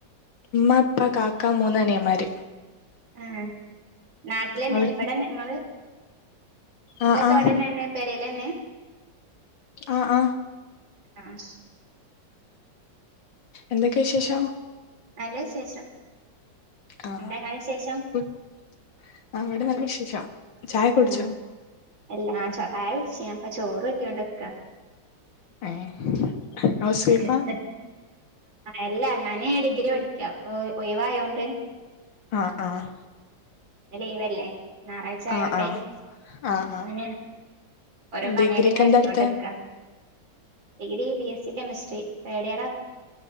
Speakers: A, on the left; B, on the right.
A: ഇമ്മ പ്പാ കാക്കാ മൂന്നനിയമ്മാര്
B: ആഹ് നാട്ടിലെന്നെ
A: അവിടെ
B: ഇവിടെനെ നിങ്ങള്
A: ആ
B: ലൊക്കെ
A: ആ
B: ഇവടെന്നെ പെരെലെന്നെ
A: ആഹ് ആഹ്
B: ഉം
A: എന്തൊക്കെ വിശേഷം?
B: നല്ല വിശേഷം
A: ആഹ്
B: എന്താ ഇങ്ങളെ വിശേഷം
A: <unintelligible> അവിടെ നല്ല വിശേഷ ചായ ഒക്കെ കുടിച്ചോ
B: ആഹ് എല്ലാ ആ ചായ കുടിച് ഞാൻ പ്പൊ ചോറൂറ്റിയോണ്ട്ക്ക
A: ഏ ഹൗസ് വൈഫാ
B: ഹ് ഹ് അല്ല ഞാൻ ഡിഗ്രി പഠിക്കാപ്പൊ ഒയിവായോണ്ട്
A: ആഹ് ആഹ്
B: ന്ന് ലീവല്ലേ ഞാറാഴ്ച്ചായോണ്ട്
A: ആ ആ ആ
B: അപ്പങ്ങനെ
A: ആ
B: ഓരോ പണിയള്ങ്ങ്നെ
A: ഡിഗ്രിക്ക് എന്താ
B: എടുത്തൊണ്ട്ക്ക
A: എടുത്തെ
B: degree B S C chemistry തേഡ് ഇയറാ